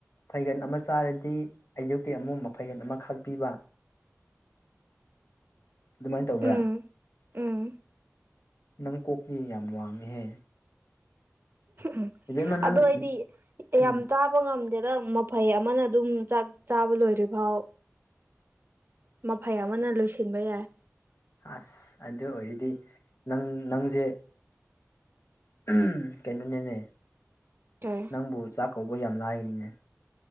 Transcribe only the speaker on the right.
ꯎꯝ ꯎꯝ
ꯎꯝ
ꯑꯗꯣ ꯑꯩꯗꯤ
ꯌꯥꯝ ꯆꯥꯕ ꯉꯝ ꯗꯦꯗꯥ ꯃꯐꯩ ꯑꯃꯅ ꯑꯗꯨꯝ ꯆꯥꯛ ꯆꯥꯕ ꯂꯣꯏꯗ꯭ꯔꯤ ꯐꯥꯎ ꯃꯐꯩ ꯑꯃꯅ ꯂꯣꯏꯁꯤꯟꯕ ꯌꯥꯏ
ꯀꯩ